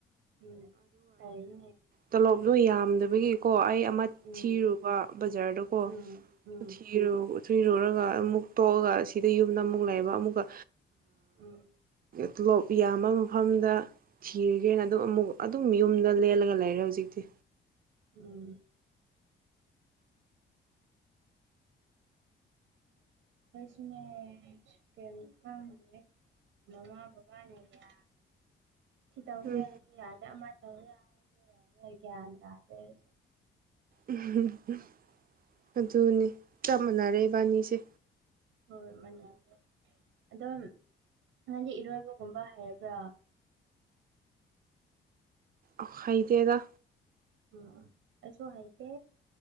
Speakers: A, on the right; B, on the right.
A: ꯎꯝ ꯇꯅꯦ
B: ꯇꯣꯂꯣꯞꯗꯣ ꯌꯥꯝꯗꯕꯒꯤꯀꯣ ꯑꯩ ꯑꯃ
A: ꯎꯝ
B: ꯊꯤꯔꯨꯕ ꯕꯖꯥꯔꯗꯀꯣ
A: ꯎꯝ ꯎꯝ
B: ꯊꯔꯣ <inaudible> ꯊꯨꯏꯔꯨꯔꯒ ꯑꯃꯨꯛ ꯇꯣꯛꯑꯒ ꯁꯤꯗ ꯌꯨꯝꯗ ꯑꯃꯨꯛ ꯂꯩꯕ ꯑꯃꯨꯛꯀ
A: ꯎꯝ
B: ꯇꯣꯂꯣꯞ ꯌꯥꯝꯌꯥꯝꯕ ꯃꯐꯝꯗ ꯊꯤꯔꯒꯦꯅ ꯑꯗꯨꯝ ꯑꯃꯨꯛ ꯑꯗꯨꯝ ꯌꯨꯝꯗ ꯂꯦꯜꯂꯒ ꯂꯩꯔꯦ ꯍꯧꯖꯤꯛꯇꯤ
A: ꯎꯝ ꯑꯩꯩꯁꯨꯉ ꯀ ꯀꯦ ꯃꯃꯥ ꯄꯕꯥꯅꯦ ꯌꯥ ꯁꯤ ꯇꯧꯒꯦ
B: ꯎꯝ
A: ꯍꯥꯏꯔꯁꯨ ꯌꯥꯗꯦ ꯑꯃ ꯇꯧꯒꯦ ꯍꯥꯏꯔꯁꯨ ꯌꯥꯔꯦ ꯒ꯭ꯌꯥꯟ ꯇꯥꯗꯦꯁꯨ
B: ꯎꯝ ꯑꯗꯨꯅꯤ ꯆꯞ ꯃꯥꯟꯅꯔꯦ ꯏꯕꯥꯅꯤꯁꯦ
A: ꯍꯣꯏ ꯃꯅꯤ ꯑꯗꯣ ꯅꯪꯒꯤ ꯏꯔꯣꯏꯕꯒꯨꯝꯕ ꯍꯥꯏꯔꯕ꯭ꯔꯥ
B: ꯑ ꯍꯩꯇꯦꯗꯥ
A: ꯑꯣ ꯑꯗꯨꯁꯨ ꯍꯥꯏꯇꯦ